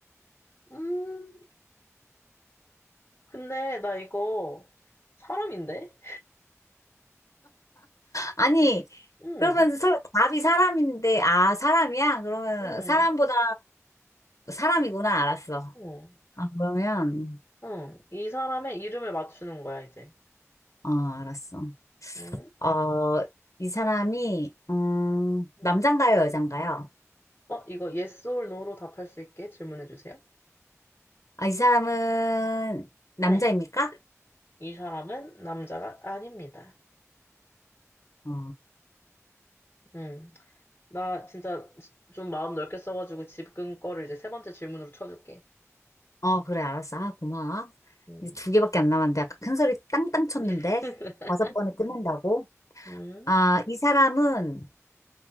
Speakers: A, on the left (about 40°); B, on the left (about 85°).
A: 음, 근데 나 이거 사람인데?
B: 아니,
A: <laughs> 음,
B: 그러면 서, 답이 사람인데, 아, 사람이야? 그러면
A: 음,
B: 사람보다 사람이구나, 알았어.
A: 음.
B: 아, 그러면.
A: 응, 이 사람의 이름을 맞추는 거야, 이제.
B: 어, 알았어.
A: 응?
B: 어, 이 사람이, 음,
A: 응.
B: 남잔가요, 여잔가요?
A: 어, 이거 yes or no로 답할 수 있게 질문해 주세요.
B: 아, 이 사람은 남자입니까?
A: 네. 이 사람은 남자가 아닙니다.
B: 어,
A: 응. 나 진짜 지- 좀 마음 넓게 써가지고 지금 거를 이제 세 번째 질문으로 쳐줄게.
B: 어, 그래, 알았어. 아, 고마워.
A: 응.
B: 이제 두 개밖에 안 남았는데, 아까 큰 소리 땅땅 쳤는데,
A: <laughs>
B: 다섯 번에 끝낸다고?
A: 응.
B: 아, 이 사람은